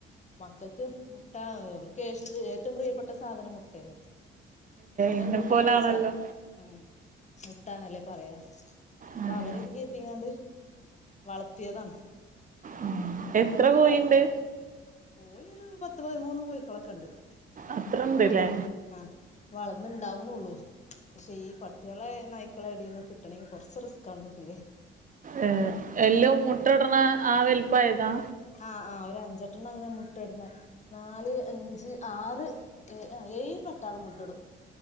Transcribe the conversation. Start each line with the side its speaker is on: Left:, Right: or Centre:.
Left: മക്കക്ക് മുട്ട അവർക്ക് ഏറ്റവും പ്രിയപ്പെട്ട സാധനം മുട്ടയല്ലേ എന്താ
Right: എന്നെ
Left: കൂട്ടാന്ന്
Right: പോലാണല്ലോ
Left: ചോച്ചാ ആഹ് മുട്ടന്നല്ലേ പറയാ അപ്പൊ
Right: ഉം
Left: അവരൊക്കെ കെർത്തിങ്ങാണ്ട് വളർത്തിയതാണ്
Right: ഉം എത്ര
Left: അപ്പത്
Right: കോഴിണ്ട്
Left: കോഴൊരു പത്ത് പതിമൂന്ന് കോഴക്കളൊക്കെ ഇണ്ട്
Right: അത്രണ്ട്ല്ലേ
Left: അത്രേ ഉള്ളൂ ആഹ് വളർന്ന്ണ്ടാവുണള്ളൂ പക്ഷെ ഈ പട്ടികളെ നായ്ക്കള എടീന്ന് കിട്ടണെങ്കി കൊറച്ച് റിസ്ക് ആണ് കുട്ടീല്ലേ
Right: ഏ എലം മുട്ടടണ ആഹ് വലപ്പമായതാ
Left: ആഹ് ആഹ് ഒരു അഞ്ചെട്ടെണ്ണം അങ്ങനെ മുട്ട ഇടുന്ന നാല് അഞ്ച് ആറ് ഏ ഏയ് പട്ടാളും മുട്ടടും